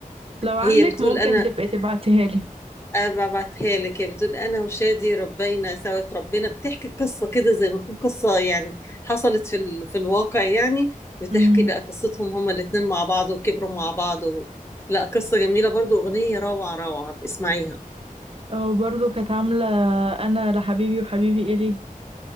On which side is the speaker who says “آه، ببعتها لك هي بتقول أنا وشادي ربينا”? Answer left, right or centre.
Left